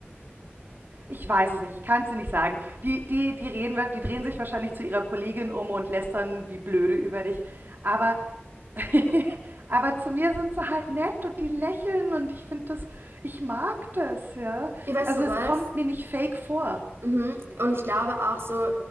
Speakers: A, on the right; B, on the right.
A: Ich weiß es nicht, ich kann es dir nicht sagen. Die, die, die, reden, die drehen sich wahrscheinlich zu ihrer Kollegin um und lästern wie blöde über dich. Aber, <laughs> aber zu mir sind sie halt nett und die lächeln und ich finde das, ich mag das, ja.
B: Weißt
A: Also
B: du
A: es
B: was?
A: kommt mir nicht fake vor.
B: Mhm. Und ich glaube auch so,